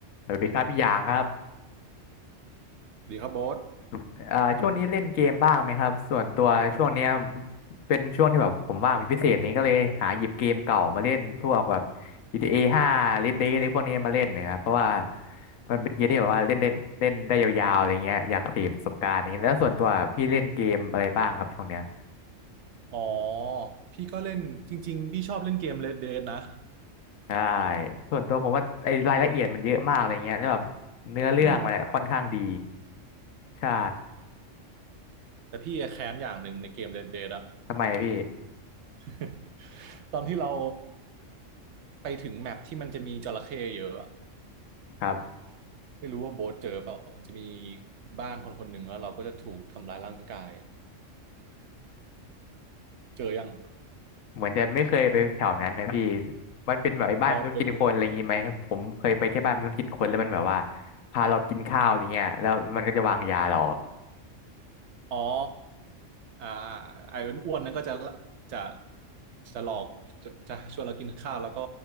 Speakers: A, on the left; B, on the right.
A: สวัสดีครับพี่หยางครับ
B: ดีครับโบ๊ท
A: เอ่อช่วงนี้เล่นเกมบ้างไหมครับส่วนตัวช่วงเนี้ยเป็นช่วงที่แบบผมว่างเป็นพิเศษอะไรเลยก็เลยหาหยิบเกมเก่ามาเล่นช่วงแบบ GTA 5 Red Dead อะไรพวกนี้มาเล่นนะครับเพราะว่ามันเป็นเกมที่แบบว่าเล่นเล่นเล่นได้ยาวๆอะไรเงี้ยอยากเสพประสบการณ์อย่างเงี้ยแล้วส่วนตัวพี่เล่นเกมอะไรบ้างครับช่วงเนี้ย
B: อ๋อ พี่ก็เล่นจริงๆพี่ชอบเล่นเกม Red Dead นะ
A: ใช่ส่วนตัวผมว่าไอ้รายละเอียดมันเยอะมากอะไรเงี้ยแล้วแบบเนื้อเรื่องมันอะค่อนข้างดี
B: อืม
A: ใช่
B: แต่พี่แค้นอย่างหนึ่งในเกม Red Dead อะ
A: ทำไมพี่
B: <laughs> ตอนที่เราไปถึงแมปที่มันจะมีจระเข้เยอะอะ
A: ครับ
B: ไม่รู้ว่าโบ๊ทเจอเปล่ามันจะมีบ้านคนคนหนึ่งแล้วเราก็จะถูกทำร้ายร่างกาย เจอยัง
A: เหมือนจะไม่เคยไปแถวนั้นนะพี่มันเป็นแบบไอ้บ้านมนุษย์กินคนอะไรอย่างงี้ไหมผมเคยไปแค่บ้านมนุษย์กินคนแล้วมันแบบว่า
B: ลองไปดู
A: พาเรากินข้าวอะไรเงี้ยแล้วมันก็จะวางยาเรา
B: อ๋ออ่าไอ้อ้วนๆนั้นก็จะจะจะหลอกจะจะชวนเรากินข้าวแล้วก็